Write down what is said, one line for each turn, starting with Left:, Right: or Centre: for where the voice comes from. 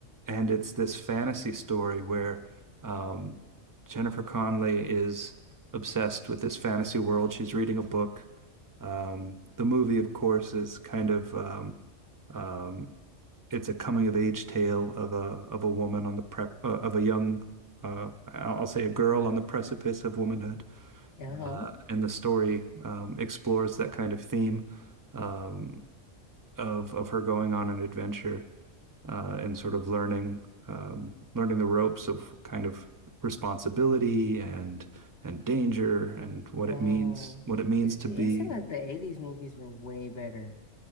Right: and it's this fantasy story where um, Jennifer Connelly is obsessed with this fantasy world. She's reading a book. Um, the movie, of course, is kind of um, um, it's a coming of age tale of a of a woman on the prep uh, of a young uh, I'll say a girl on the precipice of womanhood,
Left: Uh-huh.
Right: uh, and the story um, explores that kind of theme um, of of her going on an adventure uh, and sort of learning um, learning the ropes of kind of responsibility and and danger and what
Left: Wow.
Right: it means what it means
Left: It's,
Right: to
Left: it
Right: be.
Left: seemed like the 80s movies were way better.